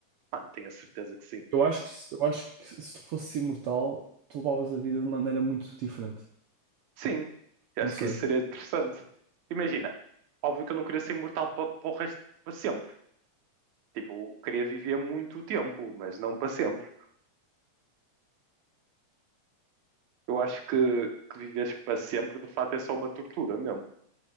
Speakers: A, on the right; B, on the right.
A: Mano, tenho a certeza que sim.
B: Eu acho que, se- eu acho que se tu fosses imortal, tu levavas a vida de maneira muito diferente.
A: Sim, eu
B: Não
A: acho
B: sei.
A: que isso seria interessante. Imagina, óbvio que eu não queria ser imortal para o resto, para sempre. Tipo, eu queria viver muito tempo, mas não para sempre. Eu acho que, que viveres para sempre, de fato, é só uma tortura mesmo.